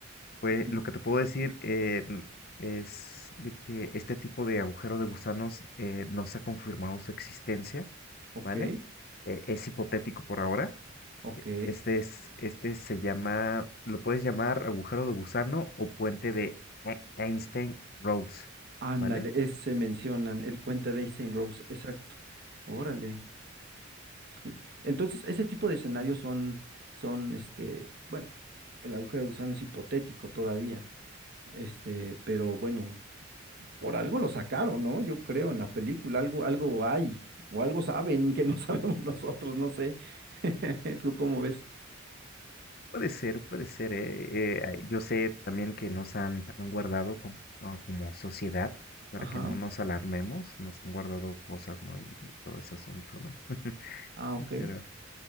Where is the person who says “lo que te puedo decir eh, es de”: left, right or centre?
Left